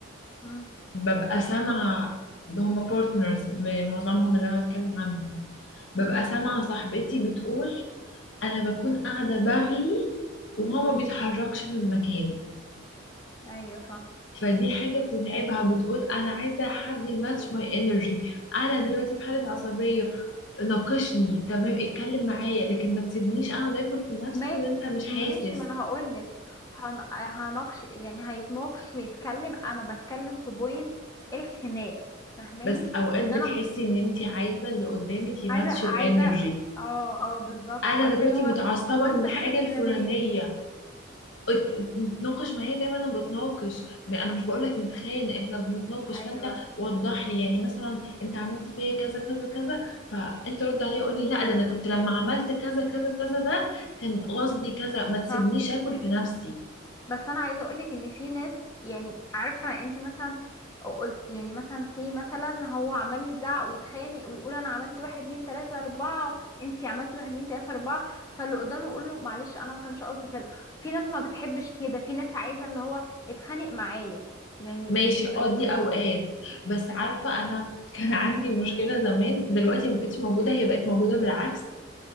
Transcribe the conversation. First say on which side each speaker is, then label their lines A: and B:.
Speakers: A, on the left; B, on the left.
A: امم
B: ببقى سامعه ده هما بارتنرز معظمهم اللي انا بتكلم عنهم ببقى
A: امم
B: سامعه صاحبتي بتقول انا بكون قاعده بغلي وهو ما بيتحركش من مكانه
A: ايوه
B: فدي حاجة بتتعبها بتقول أنا عايزة حد يماتش ماي انرجي أنا دلوقتي في حالة عصبية ناقشني تمام اتكلم معايا
A: فاهم
B: لكن ما تسيبنيش أقعد آكل في نفسي
A: ما
B: وأنت مش حاسس
A: ماشي ما انا هقول لك هن... هنقش يعني هيتناقش ويتكلم انا بتكلم في بوينت الخناق فاهماني
B: بس أوقات
A: ان
B: بتحسي
A: انا م-
B: إن أنت عايزة اللي قدامك يماتش
A: عايزه عايزه
B: الانرجي
A: اه اه بالظبط
B: أنا
A: عارفين
B: دلوقتي
A: هو
B: متعصبة
A: هو انت
B: من الحاجة
A: بارد
B: الفلانية
A: كده ليه
B: ات- نتناقش معايا زي ما انا بتناقش ما انا مش بقول لك نتخانق احنا بنتناقش
A: ايوه
B: فانت وضح لي يعني مثلا انت عملت فيا كذا كذا كذا فانت رد عليا قول لي لا ده انا كنت لما عملت كذا كذا كذا ده كان قصدي كذا ما تسيبنيش
A: صح
B: اكل في نفسي
A: بس انا عايزه اقولك ان في ناس يعني عارفه انت مثلا قلت يعني مثلا سي مثلا هو عمال يزعق ويتخانق ويقول انا عملت واحد اتنين تلاته اربعه انت عملتي واحد اتنين تلاته اربعه فاللي قدامه يقول له معلش انا ما كانش قصدي كذا في ناس ما بتحبش كده في ناس عايزه اللي هو اتخانق معايا يعني
B: ماشي
A: أي-
B: اه دي
A: خو
B: اوقات بس عارفه انا <laughs> كان عندي مشكله زمان دلوقتي ما بقتش موجوده هي بقت موجوده بالعكس